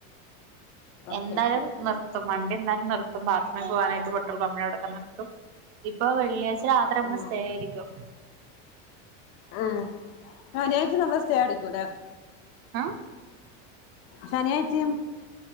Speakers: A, on the left (about 40°); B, on the right (about 40°).
A: ഓക്കെ
B: എന്തായാലും
A: ഓക്കെ ഓക്കെ
B: നിർത്തും വണ്ടി എന്തായാലും നിർത്തും ബാത്രറൂമൊക്ക പോകാനായിട്ട് പെട്രോൾ പമ്പിൻ്റെ അവിടെ ഒക്കെ നിർത്തും ഇപ്പൊ വെള്ളിയാഴ്ച രാത്രി നമ്മള്
A: ഉം
B: സ്റ്റേ അടിക്കും
A: ഉം ശനിയാഴ്ച നമ്മള് സ്റ്റേ അടിക്കൂലേ
B: ഉം
A: ശനിയാഴ്ചയും